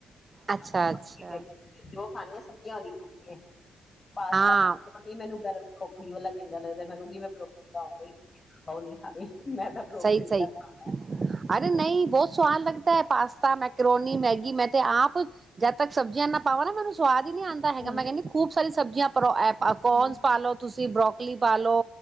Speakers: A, on the left (about 35°); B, on the right (about 40°).
A: ਮੈਗੀ
B: ਅੱਛਾ-ਅੱਛਾ।
A: ਜੋ ਖਾਣੀ ਹੈ ਸਬਜ਼ੀਆਂ ਵਾਲੀ ਖਾਣੀ ਹੈ ਪਾਸਤਾ
B: ਹਾਂ
A: ਮੈਨੂੰ ਗਰਮ ਖੋਕੜੀ ਵਾਲਾ ਚੰਗਾ ਲੱਗਦਾ ਮੈਂ ਕਿਉਂਕਿ ਮੈਂ ਉਹ ਖਾਉਗੀ ਰੋਟੀ ਨੀ ਖਾਨੀ ਮੈਂ ਤਾਂ ਬਰੋਕਲੀ
B: ਸਹੀ ਸਹੀ
A: ਖਾਣਾ
B: ਅਰੇ ਨਹੀਂ ਬਹੁਤ ਸਵਾਦ ਲੱਗਦਾ ਏ। ਪਾਸਤਾ ਮੈਕਰੋਨੀ ਮੈਗੀ ਮੈਂ ਤੇ ਆਪ ਜਦ ਤੱਕ ਸਬਜ਼ੀਆਂ ਨਾ ਪਾਵਣਾ ਮੈਨੂੰ ਸੁ ਸਵਾਦ ਇ ਨੀ ਆਦਾ ਹੈਗਾ
A: ਹੂੰ
B: ਮੈਂ ਕੇਹਿ ਦੀ ਖੂਬ ਸਾਰੀ ਸਬ ਸਬਜ਼ੀਆਂ ਉਪਰੋ ਦੀ ਏ ਪਾ ਕੋਰਨਸ
A: ਹੂੰ
B: ਨਾ ਲਓ ਤੁਸੀਂ ਬਰੋਕ ਲੀ ਪਾਲ ਲੋ